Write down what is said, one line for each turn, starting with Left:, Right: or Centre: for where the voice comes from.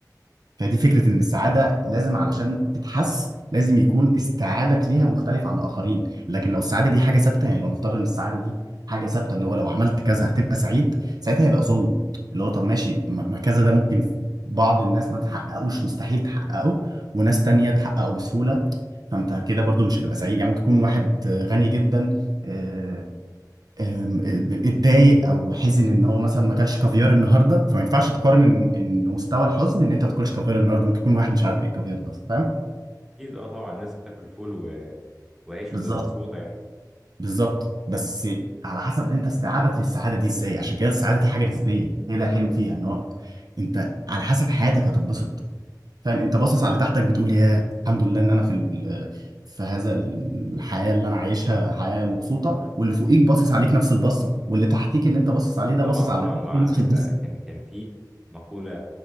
Right: فدي فكرة إن السعادة لازم علشان تتحس لازم يكون استيعابك ليها مختلف عن الآخرين لكن لو السعادة دي حاجة ثابتة يعني لو نفترض إن السعادة دي حاجة ثابتة اللي هو لو عملت كذا هتبقى سعيد ساعتها هيبقى ظلم اللي هو طب ماشي ما ما كذا ده ممكن بعض الناس ما تحققوش مستحيل تحققه وناس تانية تحققه بسهولة فأنت كده برضو مش هتبقى سعيد يعني ممكن يكون واحد آه، غني جدا آه، أم، آه، اتضايق او حزن ان هو مثلا ما اكلش كافيار النهارده فما ينفعش تقارن ان إن مستوى الحزن ان انت ما تاكلش كافيار النهارده ممكن يكون واحد مش عارف ايه الكافيار ده اصلا فاهم
Centre: اكيد اه طبعا الناس بتاكل فول و... وعيش
Right: بالظبط
Centre: وتبقى مظبوطه يعني
Right: بالظبط بس على حسب انت استيعابك للسعاده دي ازاي عشان كده السعاده دي حاجه نسبيه هي ده الحلو فيها ان هو انت على حسب حياتك هتتبسط فاهم انت باصص على تحتك بتقول يا الحمد لله ان انا في ال- في هذا الحياه اللي انا عايشها حياه مبسوطه واللي فوقيك باصص عليك نفس البصه واللي تحتيك اللي انت باصص عليه ده
Centre: طبعا
Right: باصص
Centre: طبعا
Right: على
Centre: وعلى
Right: نفس
Centre: فكره
Right: البصه
Centre: كان كان في مقوله